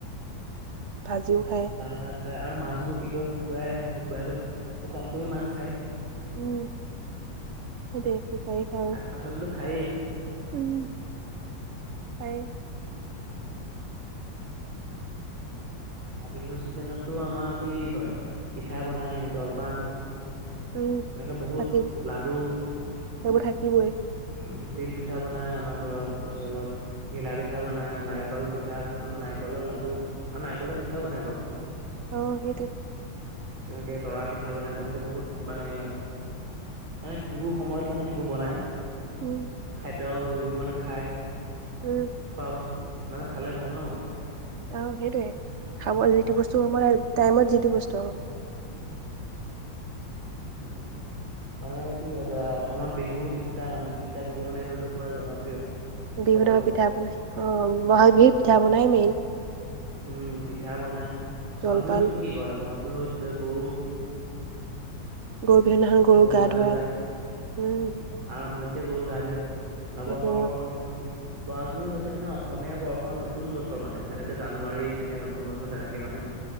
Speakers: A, on the right (about 70°); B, on the right (about 85°).
A: ভাজিও খাই
B: বাঁহ গাজ খায় আৰু মাছবোৰ কি কই শুকুৱাই ৰাখে, শুকুৱাই কৈ শুকান কৰি মাছ খায়
A: উম সেইটোৱে শুকাই খায়
B: শাক পাচলিটো খায়েই
A: উম পাৰি
B: আৰু বিহুৰ চিজনটো আমাৰ কি হয় পিঠা বনাই, জলপান
A: উম
B: তেনেকে বহুত
A: থাকিব
B: লাডু
A: সেইবোৰ থাকিবই
B: উম তিল পিঠা বনাই আমাৰ ঘৰত পিছত ঘিলা পিঠা বনাই, নাৰিকল পিঠা মানে নাৰিকলৰ লাডু আৰু নাৰিকলৰ পিঠ ঠাও বনাই বাৰু,
A: অ সেইটোৱে
B: তেনেকে তৰা পিঠ পিঠা বনাই, তেনেকে বহুত মানে মানে বিহুৰ সময়ত মানে সেইবোৰ বনায়।
A: উম
B: খাদ্য যিবোৰ মানে খাই খোৱা
A: উম
B: বস্তু, মানে খালে ভাল ন
A: আহ সেইটোৱে খাব যিটো বস্তু সময় টাইমত যিটো বস্তু হওঁক
B: উম মানে কি হয় এতিয়া অসমত বিহু তিনটা মানে, তিনটা বিহু মানে এইটোতো পুৰা জনপ্ৰিয়
A: বিহুত
B: সকলো
A: আকৌ পিঠা বনাই অ ব'হাগ বিহুত পিঠা বনাই মেইন
B: উম পিঠা বনাই, ব'হাগ
A: জলপান
B: বিহুত কি কি কৰে ব'হাগ বিহুত গৰু
A: গৰু বিহু দিনাখন গৰুক
B: গৰু
A: গা ধুৱায়
B: ধুৱাই
A: উম
B: আৰম্ভণিতে গৰু গা ধুৱাই। নৱবৰ্ষ
A: সেইটোৱে অ
B: মানে উন্নতি বহাগ বিহু হৈছে মানে অসমীয়া বৰ্ষৰ নতুন বছৰ মানে, যেনেকে জানুৱাৰী এনেকে নতুন বছৰ তেনেকে মানে।